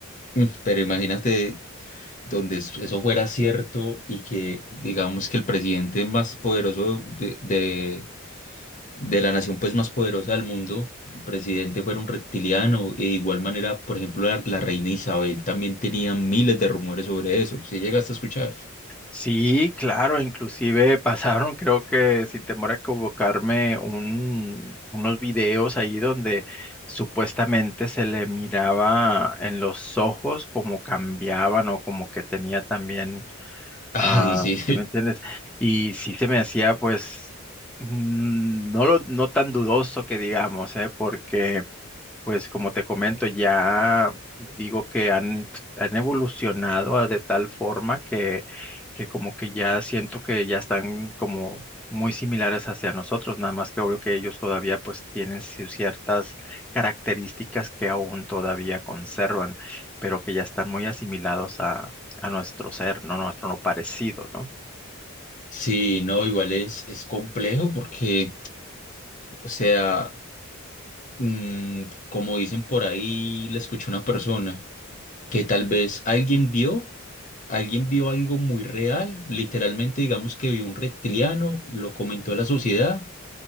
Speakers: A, on the left; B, in the centre.
A: Mm, Pero imagínate donde es- eso fuera cierto y que digamos que el presidente más poderoso de, de, de la nación pues más poderosa del mundo, el presidente fuera un reptiliano y de igual manera, por ejemplo, la, la reina Isabel también tenía miles de rumores sobre eso. ¿Sí llegaste a escuchar?
B: Sí, claro, inclusive pasaron, creo que sin temor a equivocarme, un, unos videos ahí donde supuestamente se le miraba en los ojos como cambiaban o como que tenía también,
A: Ay,
B: ah,
A: sí.
B: ¿te
A: <laughs>
B: me entiendes? Y sí se me hacía pues mm, no, lo- no tan dudoso que digamos, ¿eh? Porque... Pues como te comento, ya digo que han, han evolucionado a- de tal forma que, que como que ya siento que ya están como muy similares hacia nosotros, nada más que obvio que ellos todavía pues tienen ci- ciertas características que aún todavía conservan, pero que ya están muy asimilados a, a nuestro ser, no nuestro no parecido, ¿no?
A: Sí, no, igual es, es complejo porque, o sea, mm, como dicen por ahí, le escuché a una persona. que tal vez alguien vio, alguien vio algo muy real, literalmente digamos que vio un reptiliano, lo comentó a la sociedad